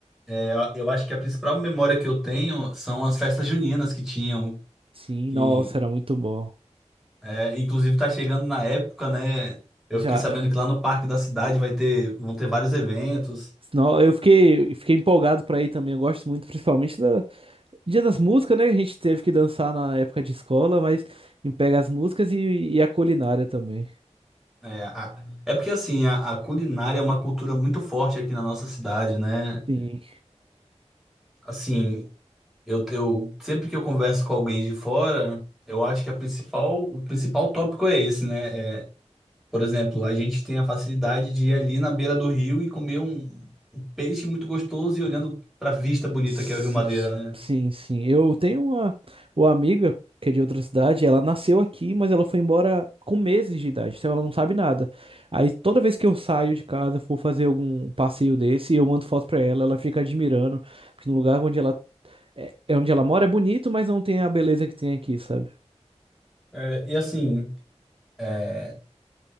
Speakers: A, in the centre; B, on the right.
A: é, eu acho que a principal memória que eu tenho são as festas juninas que tinham,
B: Sim,
A: que
B: nossa, era muito bom.
A: é, inclusive tá chegando na época, né? Eu
B: Já
A: fiquei sabendo que lá no Parque da Cidade vai ter, vão ter vários eventos.
B: Senão eu fiquei, fiquei empolgado pra ir também. Eu gosto muito, principalmente da Dia das Músicas, né? A gente teve que dançar na época de escola, mas me pega as músicas e, e a culinária também.
A: É, a- é porque assim, a, a culinária é uma cultura muito forte aqui na nossa cidade, né?
B: Sim,
A: Assim, eu, eu sempre que eu converso com alguém de fora, eu acho que a principal, o principal tópico é esse, né? É, Por exemplo, a gente tem a facilidade de ir ali na beira do rio e comer um, um peixe muito gostoso e olhando para a vista bonita
B: S-
A: que é o Rio Madeira, né?
B: sim, sim. Eu tenho uma, uma amiga que é de outra cidade. Ela nasceu aqui, mas ela foi embora com meses de idade, então ela não sabe nada. Aí toda vez que eu saio de casa, for fazer algum passeio desse, eu mando foto pra ela, ela fica admirando, porque no lugar onde ela é é onde ela mora é bonito, mas não tem a beleza que tem aqui, sabe?
A: É, e assim, é,